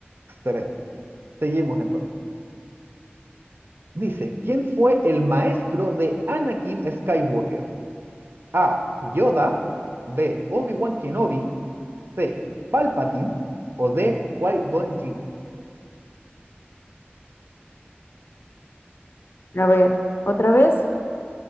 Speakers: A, on the right; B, on the left.
A: Excelente. Seguimos entonces. Dice, ¿quién fue el maestro de Anakin Skywalker? A. Yoda. B. Obi-Wan Kenobi. C. Palpatine. O D. Qui-Gon Jinn.
B: A ver, otra vez.